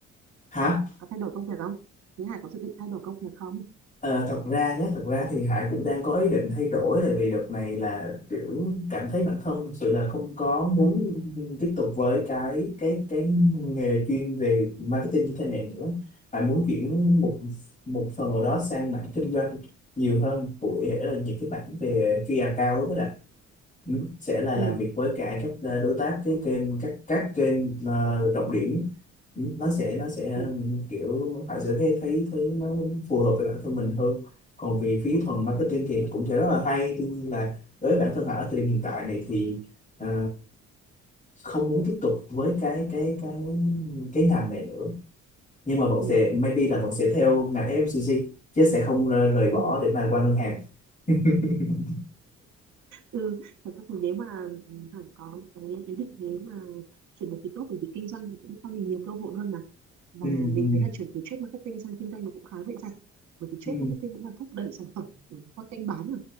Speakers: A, on the left; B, on the right.
A: Hả?
B: có thay đổi công việc không thế Hải có dự định thay đổi công việc không
A: Ờ, thật ra nhé, thật ra thì Hải cũng đang có ý định thay đổi tại vì đợt này là kiểu cảm thấy bản thân thực sự là không có muốn tiếp tục với cái cái cái nghề chuyên về marketing như thế này nữa. Hải muốn chuyển một
B: ừ
A: một phần ở đó sang mảng kinh doanh nhiều hơn cụ thể là những cái mảng về key account đó Ừ, sẽ là
B: ừ
A: làm việc với cả các ờ, đối tác cái kênh các các kênh ờ, trọng điểm Ừ, nó sẽ nó sẽ
B: ừ
A: ừm, kiểu họ sẽ thấy thấy thấy nó phù hợp với bản thân mình hơn còn về phía thuần marketing
B: ừ
A: thì nó cũng sẽ rất là hay tuy nhiên là với bản thân họ ở thời điểm hiện tại này thì ờ, không muốn tiếp tục với cái cái cái cái ngành này nữa nhưng mà bọn
B: ừ
A: sẽ
B: ừ
A: maybe là bọn sẽ theo ngành FMCG chứ sẽ không rời rời bỏ
B: ừ
A: để mà qua ngân hàng <laughs>
B: Ừ, thật ra thì nếu mà Hằng có cái ý định thế mà chuyển được thì tốt bởi vì kinh doanh thì cũng cho mình nhiều cơ hội hơn mà và
A: ừ,
B: mình
A: ừ,
B: thấy là chuyển từ trade marketing sang kinh doanh nó cũng khá dễ dàng bởi vì trade
A: ừ,
B: marketing cũng là thúc đẩy sản phẩm ừ, qua kênh bán mà